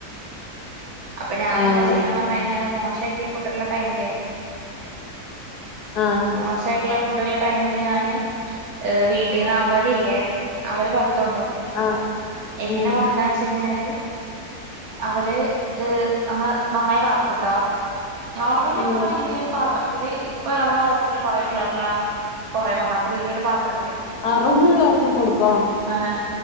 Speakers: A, on the right; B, on the left.
A: അപ്പോ ഞാനെന്താ
B: ഏഹ്
A: ചെയ്യാന്ന് പറഞ്ഞു കഴിഞ്ഞാല് മോശായി ഫുഡുള്ള ടൈമിലെ
B: ആഹ്
A: മോശായിട്ടുള്ള ഫുഡുള്ള ടൈമി ല് ഞാന് എ് വീട്ടീന്നവലില്ലേ അവല് വ ഓ
B: ആഹ്
A: എങ്ങനാ
B: ഉം
A: വറക്കാന്ന് വെച്ചുകഴിഞ്ഞ് കഴിഞ്ഞാല് അവല് എ് നമ്മള് നന്നായി വറ ക്കുട്ടോ നോർമലി
B: ഉം
A: നമ്മള് വല്യൊരു പത്ര പ്പഴ് ഇതിപ്പോ നമ്മുടെ ഹോസ്റ്റലില് കുറെ പിള്ളേരൊള്ള കാരണം കൊറെ കൊണ്ടൊകും അപ്പോ വലിയ ഒരു പാത്ര
B: ആ റൂമുള്ളോർക്കൊക്കെ കൊട്ക്കോ
A: ഏ